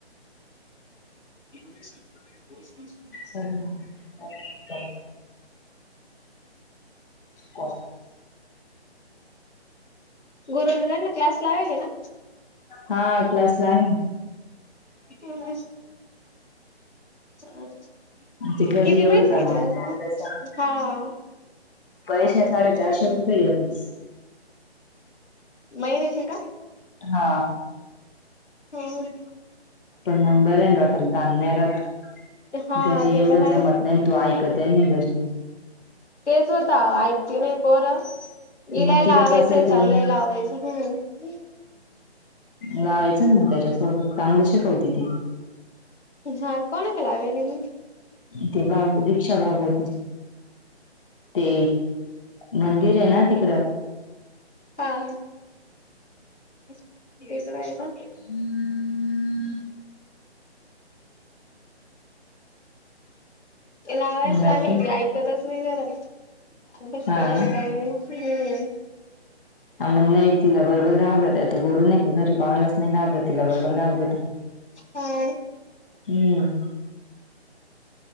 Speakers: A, on the left; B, on the left.
A: <inaudible>
B: सर ना कॉल
A: गुरू न त्यांना क्लास लावेले ना
B: हा क्लास लावेन
A: किती वेळाच, चालाच
B: ते घरी
A: किती
B: एवढं
A: पैसे
B: जमत
A: हे क्लासला
B: नाही अभ्यासाला
A: हा.
B: पैसे साडे चारशे रुपये यावेळेस.
A: महिन्याचे का?
B: हा.
A: होय.
B: पण मग बर डोक्याला तान नाय रात
A: हा
B: घरी
A: ते
B: एवढं
A: तर आहेच.
B: जमत नाही तो ऐकत नाही घरी.
A: तेच होत ऐकती नाही पोरं इलाई
B: मग तिथं
A: लावाचं
B: कसं करून
A: चाल लय लावायचं हम्म
B: लावायचं मण त्याज्यासोबत चांगलं शिकवती ती.
A: हा कोणकड लावालय हि
B: ते बाग दीक्षा बाग होते ते मंदिर आहे ना तिकडं
A: हा ह तसंच आहे का?
B: हम्ममम
A: ते लावायच
B: बाकी
A: लागेल ती ऐकतच नाही घरात अभ्यास
B: हा
A: करत
B: ना
A: नाही काय नाही हम्म.
B: आन म नाही तिला बरोबर घाब्रतात आता गुरू नाही का घरी कोणालाच नाही घाबरत तिला बरोबर घाबरतो
A: हम्म हा
B: हम्म